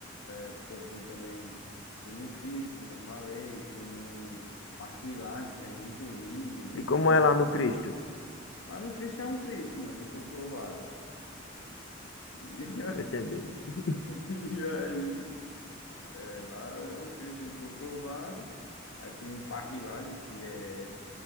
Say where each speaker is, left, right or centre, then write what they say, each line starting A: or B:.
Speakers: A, on the left (about 90°); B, on the left (about 70°).
A: é porque eu fui também, fui no Cristo, como eu falei, fui no Parque Lage, que é muito lindo, muito
B: E como
A: lindo
B: é
A: mesmo.
B: lá no Cristo?
A: Lá no Cristo é um Cristo, mano, no Corcovado. E,
B: Tô Entendendo.
A: <laughs> e aí, é, lá é um Cristo no Corcovado. Aí fui no Parque Lage, que é